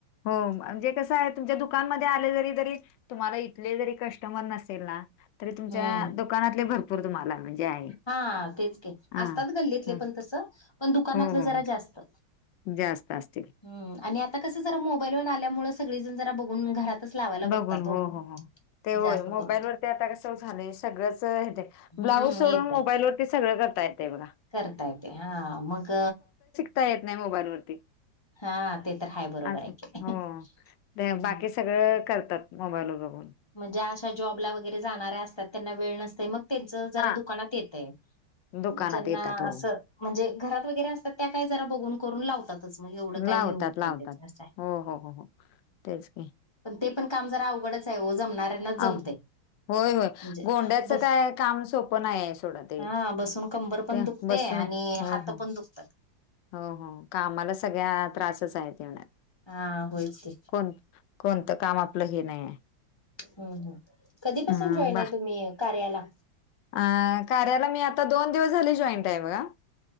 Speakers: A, on the left (about 75°); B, on the left (about 20°).
A: हो म्हणजे कसं आहे तुमच्या दुकानमध्ये आले जरी तरी तुम्हाला इथले जरी कस्टमर नसेल ना तरी तुमच्या
B: हम्म
A: दुकानातले भरपूर तुम्हाला म्हणजे आहे
B: हा तेच की
A: हा
B: असतात गल्लीतले
A: हा.
B: पण तसं पण दुकानातलं
A: हो हो हो
B: जरा जास्त.
A: जास्त आसतील.
B: हम्म आणि आता कस जरा, मोबाईल वरन आल्यामुळ सगळीजण जरा बघून घरातच लावायला बघतात
A: बघून हो
B: ओ.
A: हो हो ते होय
B: जास्त
A: मोबाईल
B: करून
A: वर ते आता कस झालंय सगळंच येतय. ब्लाऊज
B: हम्म
A: सोडून
B: येतय
A: मोबाईलवरती सगळं करता येतय बघा.
B: करता येते हा मग
A: ता येत नाय मोबाईलवरती
B: हा ते तर हाय बरोबर
A: आसं
B: आहे
A: हे
B: की.
A: हो ते
B: हम्म.
A: बाकी स सगळं करतात मोबाईलवर बघून.
B: म्हणजे आशा जॉबला वगैरे जाणाऱ्या असतात त्यांना वेळ नसतय मग तेच जरा
A: हा
B: दुकानात येतय
A: दुकानात
B: ज्यांना
A: येतात हो
B: आसं म्हणजे घरात वगैरे असतात त्या काय जरा बघून करून लावतातच. म एवढं काय
A: लावतात
B: हे होत
A: लावतात
B: नाही त्याच असं आहे.
A: हो हो हो हो तेच की
B: हम् पण ते पण काम जरा अवघडच आहे ओ जमणाऱ्यांना
A: आ
B: जमतय.
A: होय होय
B: म्हणजे
A: गोंड्याचं
B: बस
A: काय काम सोपं नाहीये सोडा ते
B: हा बसून कंबर पण
A: ते
B: दुखते
A: बसून
B: आणि
A: हो
B: हात
A: हो
B: पण दुखतात.
A: हो हो कामाला सगळ्या त्रासच आहे तेवढा.
B: हा होयच की.
A: कोण कोणतं काम आपलं हे नाही आहे
B: हुं, हुं कधीपासून
A: हा
B: जॉईन
A: बा
B: आहे तुम्ही कार्याला?
A: अ कार्याला मी आता दोन दिवस झाले जॉईंट आहे बघा.